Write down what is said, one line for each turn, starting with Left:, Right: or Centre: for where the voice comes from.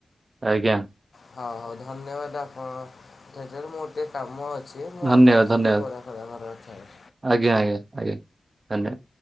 Right: ଆଜ୍ଞା।
Left: ହଉ ହଉ ଧନ୍ୟବାଦ ଆପଣଟ ମୋ ଏତେ କାମ ଅଛି ମୁଁ
Right: ଧନ୍ୟବାଦ
Left: ଆପଣଙ୍କ
Right: ଧନ୍ୟବାଦ
Left: ସହିତ ପରେ କଥା ହେବି।
Right: ଆଜ୍ଞା ଆଜ୍ଞା ଆଜ୍ଞା ଧନ୍ୟବାଦ।